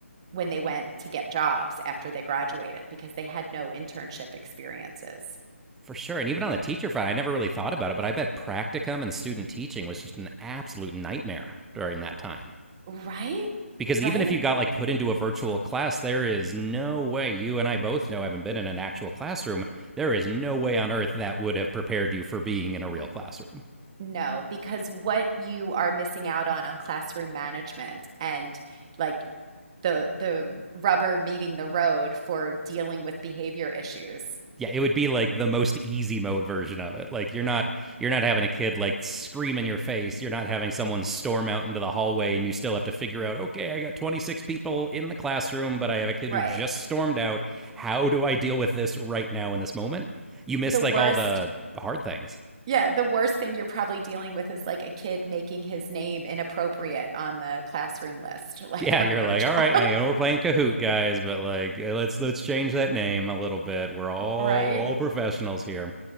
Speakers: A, on the right (about 25°); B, in the centre.
A: when they went to get jobs after they graduated because they had no internship experiences.
B: for sure. And even on the teacher front, I never really thought about it, but I bet practicum and student teaching was just an absolute nightmare during that time.
A: Right?
B: because
A: Right?
B: even if you got like put into a virtual class there is no way you and i both know having been in an actual classroom there is no way on earth that would have prepared you for being in a real classroom
A: No, because what you are missing out on on classroom management and like the the rubber meeting the road for dealing with behavior issues.
B: yeah it would be like the most easy mode version of it like you're not you're not having a kid like scream in your face you're not having someone storm out into the hallway and you still have to figure out okay i got 26 people in the classroom but i have a kid
A: Right.
B: who just stormed out how do i deal with this right now in this moment you miss
A: The worst,
B: like all the hard things
A: yeah, the worst thing you're probably dealing with is like a kid making his name inappropriate on the classroom list, <laughs> like
B: Yeah,
A: on
B: you're
A: the virtual,
B: like, all right, I know we're playing Kahoot, guys, but like, eh, let's let's change that name a little bit. We're all
A: <laughs> right?
B: all professionals here.